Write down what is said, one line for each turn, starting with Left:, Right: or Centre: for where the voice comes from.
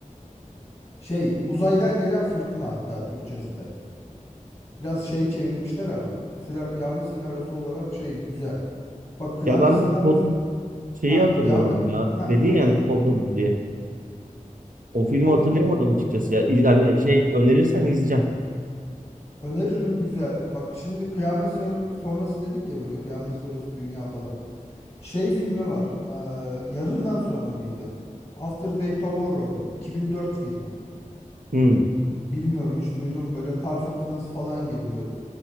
Left: Şey uzaydan gelen fırtına hatta Türkçesi de. Biraz şey çevirmişler ama. Mesela kıyamet senaryosu olarak şey güzel. Bak kıyamet
Right: Ya ben
Left: senaryosu
Right: bak kod şeyi
Left: ha
Right: hatırlayamadım
Left: kıyamet
Right: ya.
Left: ha
Right: Dedin
Left: buyur.
Right: yani kod adı diye. O filmi
Left: Kod
Right: hatırlayamadım
Left: adam.
Right: açıkçası ya. İz- Yani şey önerirsen izleyeceğim.
Left: Öneririm güzel. Bak şimdi kıyamet sen- sonrası dedik ya böyle kıyamet sonrası dünya falan. Şey filmi var. Ee, yarından sonra mıydı? After Day Tomorrow mu? 2004 filmi.
Right: Hı.
Left: Bilmiyorum hiç duydum böyle kar fırtınası falan geliyor.